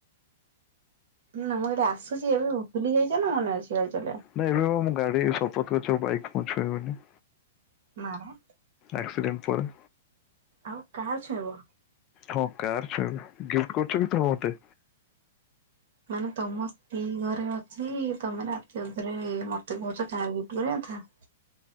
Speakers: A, on the right; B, on the left.
A: ହୁଁ ନା ମୁଁ ଏଠି ଆସୁଛି ଏବେ ଭୁଲି ଯାଇଛ ନା ମନେ ଅଛି ଗାଡି ଚଲେଇବା।
B: ନାଇଁଏବେ ମୁଁ ଗାଡି ଶପଥ କରିଛି ବାଇକ ମୁଁ ଛୁଇବିନି।
A: ନାମ।
B: ଆକସିଡେଣ୍ଟ ପରେ।
A: ଆଉ କାହାର ଛୁଇଁବ?
B: ହଁ କାହାରଛୁଇଁବ ଗିଫ୍ଟ କରୁଛନ୍ତି ତ ମତେ।
A: ମାନେ ତମ ସ୍ତ୍ରୀ ଘରେ ଅଛି ତମେ ରାତି ଅଧରେ ମତେ କହୁଛ କାର ଗିଫ୍ଟ କରିଆ କଥା।